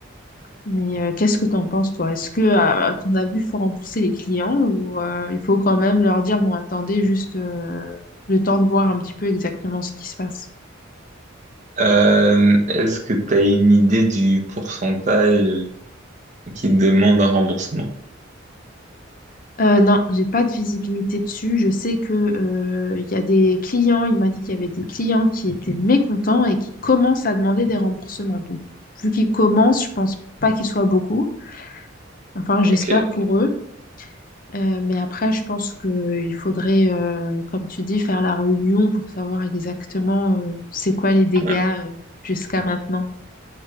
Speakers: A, on the left; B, on the right.
A: Mais euh, qu'est-ce que t'en penses, toi? Est-ce que, à, à ton avis, il faut rembourser les clients ou euh, il faut quand même leur dire, bon, attendez juste euh, le temps de voir un petit peu exactement ce qui se passe?
B: Euh, est-ce que tu as une idée du pourcentage qui demande un remboursement?
A: Euh, non, j'ai pas de visibilité dessus. Je sais que euh, il y a des clients, il m'a dit qu'il y avait des clients qui étaient mécontents et qui commencent à demander des remboursements. Donc, vu qu'ils commencent, je pense pas qu'ils soient beaucoup. Enfin, j'espère
B: Ok.
A: pour eux. Euh, mais après, je pense qu'il faudrait, euh, comme tu dis, faire la réunion pour savoir exactement euh, c'est quoi les dégâts
B: Ouais.
A: euh, jusqu'à maintenant.